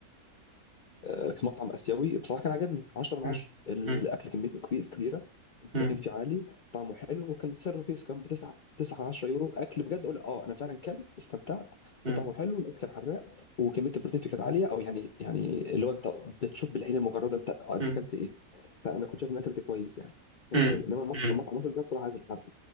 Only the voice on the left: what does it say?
آه، في مطعم اسيوي بصراحه كان عجبني 10 من
10 الاكل
كميته كبير كبيره البروتين
فيه عالي طعمه حلو وكان سعره رخيص كان ب 9 9 10 يورو اكل بجد اقول اه انا فعلا كلت استمتعت
طعمه حلو الاكل كان حراق وكميه البروتين فيه كانت عاليه او يعني يعني اللي هو انت بتشوف بالعين المجرده انت آه، انت
اكلت ايه فانا كنت شايف ان اكلت كويس يعني كانش
سيء. انما المطعم
المطعم المصري ده بصراحه عايز الحرق